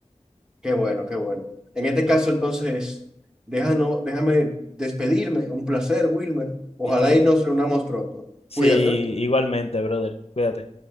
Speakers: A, in the centre; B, on the left.
A: Qué bueno, qué bueno. En este
B: Ujú.
A: caso, entonces, déjano- déjame despedirme. Un placer, Wilmer. Ojalá
B: I- igu-
A: y nos reunamos pronto.
B: Sí,
A: Cuídate.
B: igualmente, brother. Cuídate.